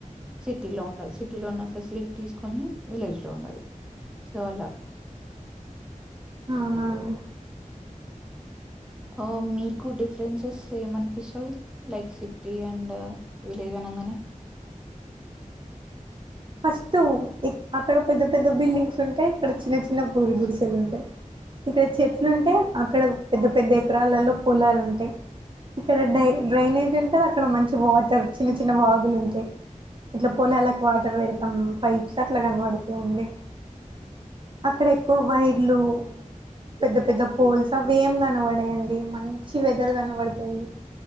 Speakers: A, in the centre; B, on the right.
A: సిటీలో ఉండద్ సిటీలో ఉన్న ఫెసిలిటీస్ కొన్ని విలేజ్లో ఉండదు. సో అలా
B: అవునా అండి.
A: ఓ మీకు డిఫరెన్సెస్ ఏమన్పిస్తది లైక్ సిటీ అండ్ విలేజ్ అం నంగనె
B: ఫస్టు ఇక్ అక్కడ పెద్ద పెద్ద బిల్డింగ్సుంటయ్ ఇక్కడ చిన్న చిన్న పూరిగుడిసె తులుంటయ్ ఇక్కడ చెట్లుంటయ్ అక్కడొగ్ పెద్ద పెద్ద ఎకరాలల్లొ పొలాలుంటయ్. ఇక్కడ డై డ్రైనేజుంటదక్కడ మంచి వాటర్ చిన్న చిన్న వాగులుంటయ్. ఇట్ల పోలాలక్ వాట్ టర్ పెడ్తం పైప్స్ అట్ల కనబడతయండి అక్కడ ఎక్కువ వైట్ ఇల్లు పెద్ద పెద్ద పోల్స్ అవ్వేం కనబడయండి మంచి వెథర్ కన బడతది